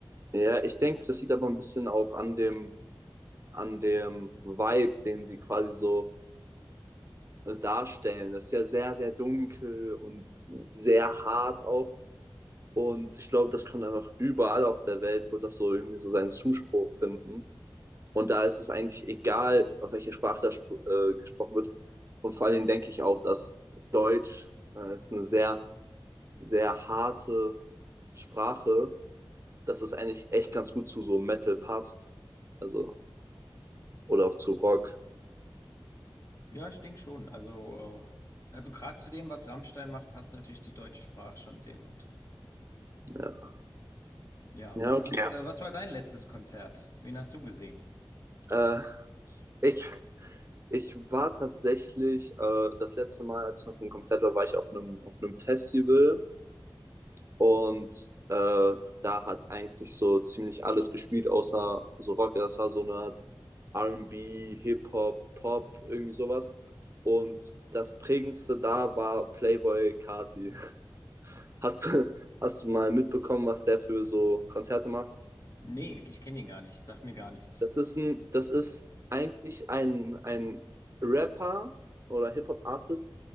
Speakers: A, on the right; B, on the left.
A: ja ich denke, das liegt aber ein bisschen auch an dem an dem Vibe, den sie quasi so äh, darstellen. Das ist ja sehr, sehr dunkel und sehr hart auch. Und ich glaube, das kommt einfach überall auf der Welt, wird das so irgendwie so seinen Zuspruch finden. Und da ist es eigentlich egal, auf welcher Sprache das äh, gesprochen wird. Und vor allen Dingen denke ich auch, dass Deutsch äh, ist eine sehr, sehr harte Sprache, dass es eigentlich echt ganz gut zu so Metal passt. Also, oder auch zu Rock.
B: Ja, ich denke schon. Also, äh, also gerade zu dem, was Rammstein macht, passt natürlich die deutsche Sprache schon sehr gut.
A: Ja,
B: Ja.
A: ja okay.
B: Was,
A: Ja.
B: äh, was war dein letztes Konzert? Wen hast du gesehen?
A: Äh, Ich, ich war tatsächlich, äh, das letzte Mal, als ich auf einem Konzert war, war ich auf einem, auf einem Festival und äh, da hat eigentlich so ziemlich alles gespielt, außer so Rock. Das war so eine R&B, Hip-Hop, Pop, irgendwie sowas. Und das prägendste da war Playboy Carti. <laughs> Hast du, hast du mal mitbekommen, was der für so Konzerte macht?
B: Nee, ich kenne ihn gar nicht. Sagt mir gar nichts.
A: Das ist ein, das ist eigentlich ein, ein Rapper oder Hip-Hop-Artist,